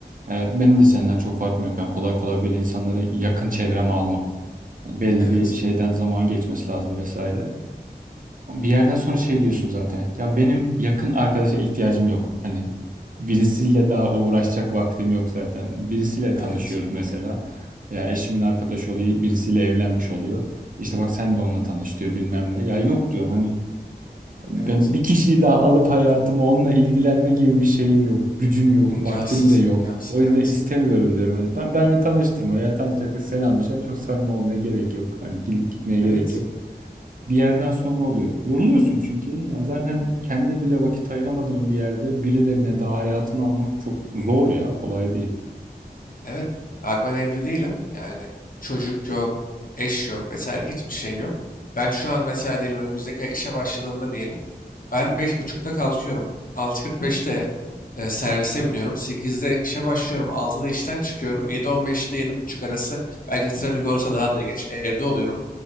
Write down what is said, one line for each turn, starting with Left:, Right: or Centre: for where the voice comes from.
Right: e, benim de senden çok farkım yok. Ben kolay kolay böyle insanları yakın çevreme almam. Hani belli
Left: Evet,
Right: bir şeyden zaman geçmesi lazım vesaire. Bir yerden sonra şey diyorsun zaten. Ya benim yakın arkadaşa ihtiyacım yok. Hani birisiyle daha uğraşacak vaktim yok zaten. Birisiyle
Left: evet,
Right: tanışıyoruz mesela. Ya eşimin arkadaşı oluyor, birisiyle evlenmiş oluyor. İşte bak sen de onunla tanış diyor bilmem ne. Ya yok diyorum hani ben
Left: evet.
Right: bir kişiyi daha alıp hayatımı onunla ilgilenme gibi bir şeyim yok. Gücüm yok,
Left: İmkansız,
Right: vaktim de yok.
Left: imkansız.
Right: O yüzden
Left: Evet,
Right: istemiyorum diyorum. Hani ben benle tanıştırma ya tanışacaksak selamlaşalım. Çok samimi olmaya gerek yok. Hani gidip gitmeye gerek
Left: evet,
Right: yok bir yerden sonra oluyor. Yoruluyorsun çünkü. Yani zaten kendine bile vakit ayıramadığın bir yerde birilerine daha hayatını almak çok zor ya. Kolay değil.
Left: evet. Bak ben evli değilim. Yani çocuk yok, eş yok vesaire hiçbir şey yok. Ben şu an mesela diyelim önümüzdeki ay işe başladığımda diyelim. Ben beş buçukta kalkıyorum. 6.45'te e, servise biniyorum. sekizde işe başlıyorum. altıda işten çıkıyorum. yedi on beşte yedi buçuk arası belki trafik olursa daha da geç evde oluyorum.